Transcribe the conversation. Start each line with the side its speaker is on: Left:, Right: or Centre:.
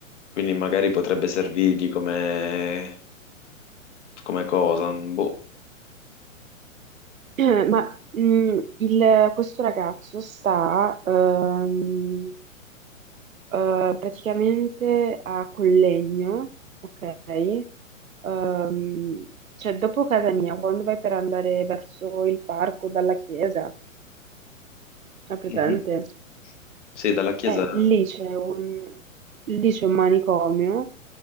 Left: quindi magari potrebbe servirgli come, come cosa, boh.
Right: Eh, Ma mh, il- questo ragazzo sta ehm, eh, praticamente a Collegno, ok? Ehm, cioè, dopo casa mia, quando vai per andare verso il parco dalla chiesa, è presente?
Left: Mhm. Sì, dalla chiesa.
Right: Eh, lì c'è un, lì c'è un manicomio